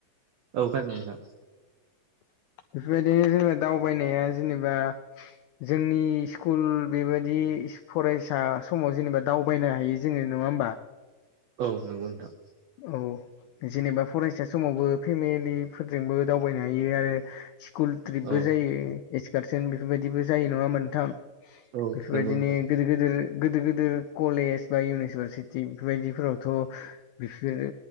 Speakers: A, on the right (about 80°); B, on the left (about 85°).
A: औ खानादों नोंथां
B: बेफोरबायदिनो जोंनो दावबायनाया जेनेबा जोंनि स्कुल बेबायदि फरायसा समाव जेनेबा दावबायनो हायो जोंङो नंङा होमबा
A: औ नंगौ नोंथां
B: औ जेनेबा फरायसा समावबो फेमिलिफोरजोंबो दावबायनो हायो आरो स्कुल ट्रिपबो
A: औ
B: जायो एसकारसन बेफोरबायदिबो जायो नंङा होमबा नोंथां बेफोरबायदिनो
A: औ नंगौ नोंथां
B: गोदो गोदो गोदोर गोदोर कलेज बा इउनिभारसिटि बेफोरबायदिफोरावथ' बिसोरो